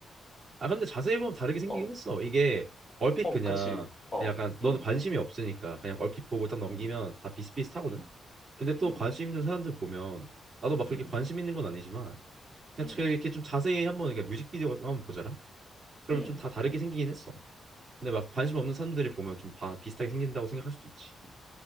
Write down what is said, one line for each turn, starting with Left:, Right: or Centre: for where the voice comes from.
Right: 아 근데 자세히 보면 다르게 생기긴
Left: 어,
Right: 했어. 이게 얼핏
Left: 어,
Right: 그냥
Left: 그치. 어,
Right: 그냥 약간 넌
Left: 음,
Right: 관심이 없으니까 그냥 얼핏 보고 딱 넘기면
Left: 음,
Right: 다 비슷비슷하거든.
Left: 음,
Right: 근데 또
Left: 음,
Right: 관심 있는 사람들 보면 나도 막 그렇게
Left: 음,
Right: 관심 있는 건 아니지만 그냥
Left: 음,
Right: 그냥 이렇게 좀 자세히 한번 이렇게 뮤직비디오 같은 거 한번 보자라. 그러면
Left: 음.
Right: 좀 다 다르게 생기긴 했어. 근데 막 관심 없는 사람들이 보면 좀 다 비슷하게 생긴다고 생각할 수도 있지.
Left: 음.